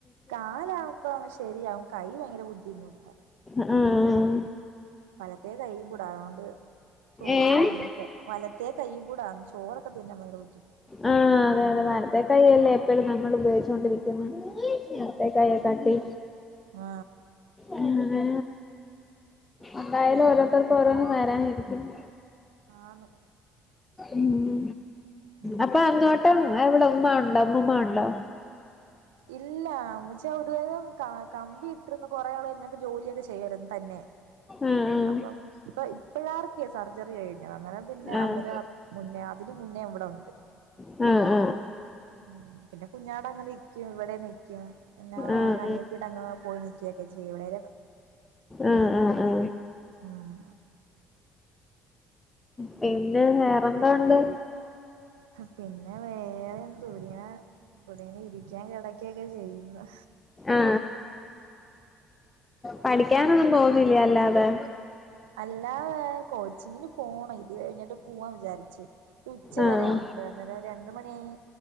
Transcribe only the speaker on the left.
ഉം
ഏഹ്
ആഹ് അതെ അതെ വലത്തെ കൈയ അല്ലേ എപ്പോഴും ഞമ്മൾ ഉപയോഗിച്ചോണ്ടിരിക്ക ഇടത്തേക്കയെ കാട്ടി
അങ്ങനെ എന്തായാലും ഓരോരുത്തർക്കും ഓരോന്നും വരാനായിരിക്കന്ന
ഉ
അപ്പൊ അങ്ങോട്ടും എടെ ഉ്മ്മ ഉണ്ട അമ്മൂമ്മ ഉണ്ടോ?
ആഹ്
ആഹ്
ആ
ആഹ് ആഹ്
ആ ആ ആ
പിന്നെ വേറെന്താ ഉണ്ട്.
ആ പഠിക്കാനൊന്നും പോവില്ലല്ലാ ലോ ലെ
ആഹ്